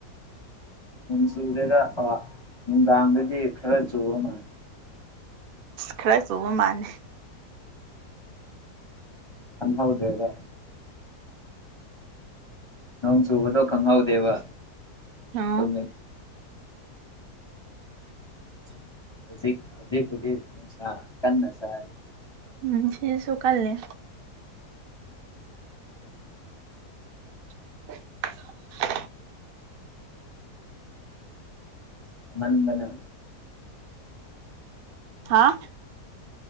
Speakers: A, on the left (about 30°); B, on the right (about 65°).
A: ꯆꯨꯗꯦꯗꯥ ꯑꯥ ꯅꯨꯡꯗꯥꯡꯗꯥꯗꯤ ꯈꯔꯥ ꯆꯨꯔꯝꯃꯦ
B: ꯈꯔ ꯁꯨꯕ ꯃꯂꯦ
A: ꯈꯡꯍꯧꯗꯔ꯭ꯦꯗ ꯅꯣꯡꯁꯨꯨꯕꯗꯣ ꯈꯪꯍꯥꯎꯗꯦꯕ
B: ꯑꯣ
A: ꯇꯨꯃꯤ ꯍꯧꯖꯤꯛ ꯍꯧꯖꯤꯛ ꯍꯧꯖꯤꯛꯄꯨꯗꯤ ꯅꯨꯉꯁꯥ ꯀꯟꯅ ꯁꯔꯤ
B: ꯅꯨꯡꯊꯤꯜꯁꯨ ꯀꯜꯂꯦ <inaudible> <unintelligible>
A: ꯁꯃꯟꯗꯅꯥ
B: ꯍꯥꯥ